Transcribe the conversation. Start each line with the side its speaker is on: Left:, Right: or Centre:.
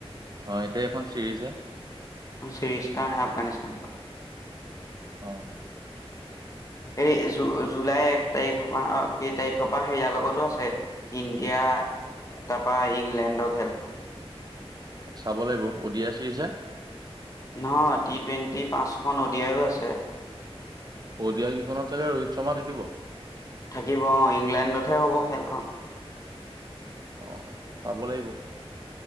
Right: অ এতিয়া এখন চিৰিজ হে?
Left: চিৰিস্তান আফগানিস্তান।
Right: অহ
Left: এই জুলাই এক তাৰিখৰ পৰা কেই তাৰিখৰ পৰা সেয়াৰ লগতো আছে, ইণ্ডিয়া তাৰপৰা ইংলেণ্ডৰ খেল।
Right: চাব লাগিব, অডিয়া চিৰিজ হে?
Left: নহয়, টি টুৱেণ্টি পাঁচখন অডিয়াইও আছে।
Right: অদিয়া কেইখনত থাকে ৰোহিত শৰ্মা থাকিব?
Left: থাকিব অহ। ইংলেণ্ডতহে হ'ব খেলখন।
Right: অ চাব লাগিব।